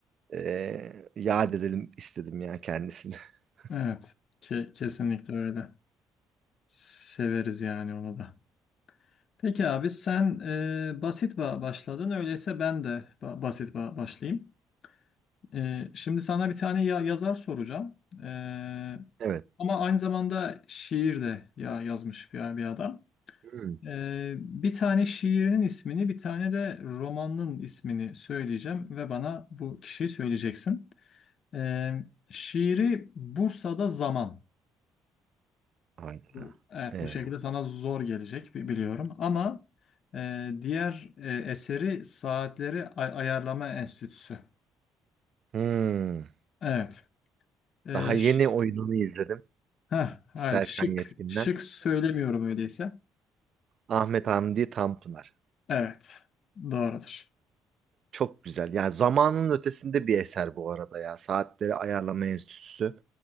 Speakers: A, on the right; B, on the left.
A: eee yad edelim istedim ya kendisini. <laughs>
B: Evet. Ke- kesinlikle öyle. Severiz yani onu da. Peki abi sen e, basit ba- başladın. Öyleyse ben de ba- basit ba- başlayayım. E, şimdi sana bir tane ya- yazar soracağım. E,
A: Evet.
B: ama aynı zamanda şiir de ya yazmış bir, bir adam.
A: Hmm.
B: E, bir tane şiirinin ismini, bir tane de romanının ismini söyleyeceğim ve bana bu kişiyi söyleyeceksin. E, şiiri Bursa'da Zaman.
A: Hayda.
B: Bu, evet
A: Ee,
B: bu şekilde sana zor gelecek bi- biliyorum ama e, diğer e, eseri Saatleri Ay- Ayarlama Enstitüsü.
A: hmm.
B: Evet. E,
A: Daha yeni
B: ş-
A: oyununu izledim.
B: heh, hayır,
A: Serkan
B: şık
A: Yetkin'den.
B: şık söylemiyorum öyleyse.
A: Ahmet Hamdi Tanpınar.
B: Evet. Doğrudur.
A: Çok güzel. Yani zamanın ötesinde bir eser bu arada ya. Saatleri Ayarlama Enstitüsü.